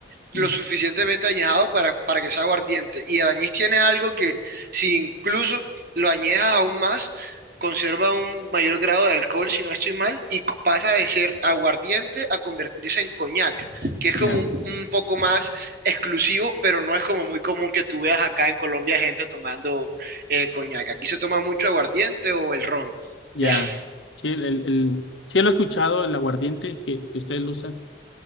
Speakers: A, on the right; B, on the left.
A: lo
B: ya,
A: suficientemente añejado para, para que sea aguardiente. Y el añís tiene algo que, si incluso lo añejas aún más, conserva un mayor grado de alcohol, si no estoy mal, y c- pasa de ser aguardiente a convertirse en coñac, que es como
B: ya.
A: un, un poco más exclusivo, pero no es como muy común que tú veas acá en Colombia gente tomando eh, coñac. Aquí se toma mucho aguardiente o el ron
B: ya.
A: de ahí.
B: Sí, el, el, el- sí lo he escuchado, el aguardiente que, que ustedes lo usan.